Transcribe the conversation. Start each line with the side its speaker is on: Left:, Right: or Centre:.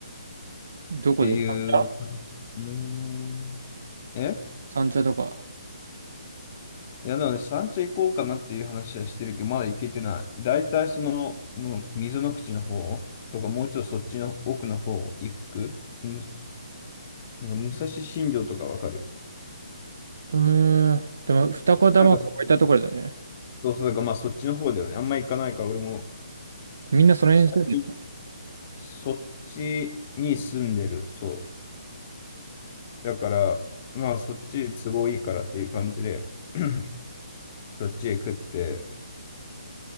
Right: どこで三茶
Left: ていう。うーん。え
Right: 三茶とか。
Left: いやだね、三茶行こうかなっていう話はしてるけど、まだ行けてない。だいたいその、もう溝の口の方とか、もうちょっとそっちの奥の方行くむ、なんか武蔵新城とかわかる
Right: うーん。でも、二子玉子置いたところだよね。
Left: なんかそ、そうそう、だからまあそっちの方だよね。あんま行かないから、俺も
Right: みんなその辺住んでる
Left: 最近、そっちに住んでる。そう。だから、まあそっち都合いいからっていう感じで、<clears throat> そっちへ食って、